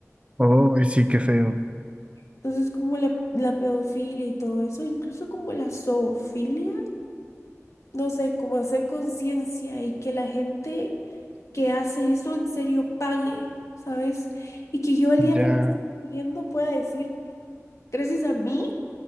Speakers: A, on the right; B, on the left.
A: Oh, y sí, qué feo.
B: Entonces, como la, la pedofilia y todo eso, incluso como la zoofilia, no sé, como hacer conciencia y que la gente que hace eso en serio pague, ¿sabes? Y que yo el día
A: Ya,
B: que me esté muriendo pueda decir, gracias a mí,